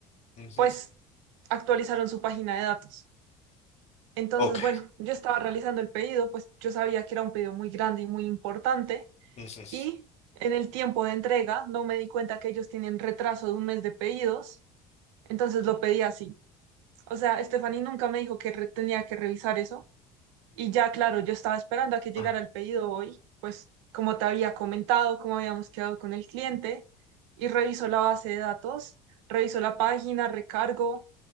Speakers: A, on the left (about 45°); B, on the right (about 80°).
A: Ujú,
B: pues, actualizaron su página de datos. Entonces,
A: Ok.
B: bueno, yo estaba realizando el pedido, pues yo sabía que era un pedido muy grande y muy importante
A: ujú.
B: y en el tiempo de entrega no me di cuenta que ellos tienen retraso de un mes de pedidos, entonces lo pedí así. O sea, Stephanie nunca me dijo que re- tenía que revisar eso y ya, claro, yo estaba esperando a que llegara
A: Ah,
B: el pedido hoy, pues como te había comentado, como habíamos quedado con el cliente y reviso la base de datos, reviso la página, recargo.